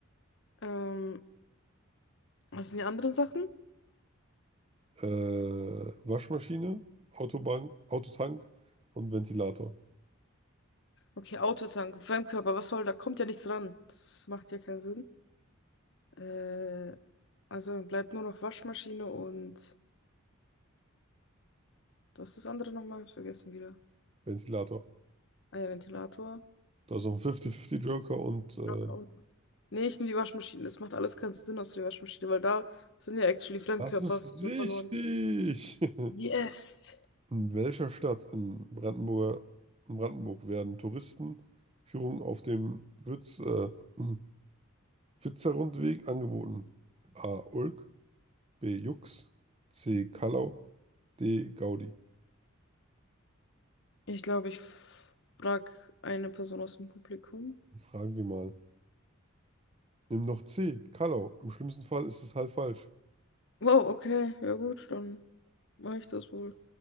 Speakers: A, on the left; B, on the right.
A: Ähm, was sind die anderen Sachen?
B: Äh, Waschmaschine, Autobank, Autotank und Ventilator.
A: Okay, Autotank, Fremdkörper, was soll, da kommt ja nichts ran. Das macht ja keinen Sinn. Äh, also dann bleibt nur noch Waschmaschine und was ist das andere nochmal? Ich vergessen wieder.
B: Ventilator.
A: Ah ja, Ventilator.
B: Da ist noch ein 50-50 Joker und äh,
A: Ja, auch noch. Nee, ich nehme die Waschmaschine. Das macht alles keinen Sinn außer der Waschmaschine, weil da sind ja actually Fremdkörper,
B: das ist
A: die
B: richtig.
A: so verloren. Yes!
B: <laughs> In welcher Stadt in Brandenburger, in Brandenburg werden Touristenführungen auf dem Witz, äh, <clears throat> Witserrundweg angeboten? A. Ulk, B. Jux, C. Kallau, D. Gaudi.
A: Ich glaube, ich frage eine Person aus dem Publikum.
B: Fragen wir mal. Nimm doch C. Kallau. Im schlimmsten Fall ist es halt falsch.
A: Wow, okay, ja gut, dann mache ich das wohl.